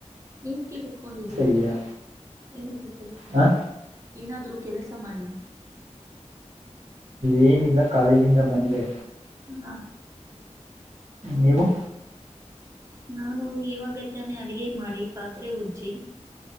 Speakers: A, on the right; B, on the right.
A: ಎನ್ ಕುತ್ಕೊಂಡಿದ್ದೀರ
B: ಇದೀಯಾ
A: ಏನಾದ್ರೂ ಕೆಲಸ
B: ಹ
A: ಮಾಡಿ ಏನಾದ್ರು ಕೆಲಸ ಮಾಡಿ
B: ಏನಿಲ್ಲ ಕಾಲೇಜಿಂದ ಬಂದೆ
A: ಹ್ಮ
B: ನೀವು
A: ನಾನು ಇವಾಗತ್ತಾನೇ ಅಡಗೆ ಮಾಡಿ ಪಾತ್ರೆ ಉಜ್ಜಿ